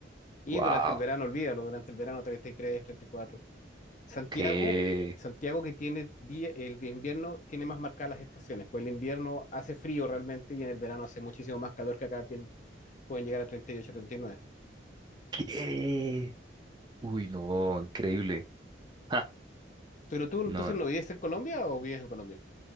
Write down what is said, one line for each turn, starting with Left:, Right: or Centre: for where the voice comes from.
Left: Y
Right: Wow,
Left: durante el verano, olvídalo, durante el verano treinta treinta y tres, treinta y cuatro. Santiago,
Right: qué
Left: Santiago que tiene die- el invierno tiene más marcadas las estaciones, pues el invierno hace frío realmente y en el verano hace muchísimo más calor que acá tien- pueden llegar a treinta treinta y ocho, treinta y nueve.
Right: qué Uy, no, increíble. Ja,
Left: Pero tú entonces
Right: no,
Left: no
Right: no.
Left: vives en Colombia o vives en Colombia?